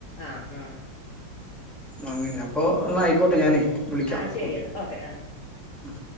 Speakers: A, on the left; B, in the centre.
A: ആഹ് ഹും
B: അങ്ങനെ അപ്പൊ എന്നായിക്കോട്ടെ ഞാന് വിളിക്കാം
A: ആ ശരി
B: ഓക്കെ
A: എന്നാൽ ആ
B: ഉം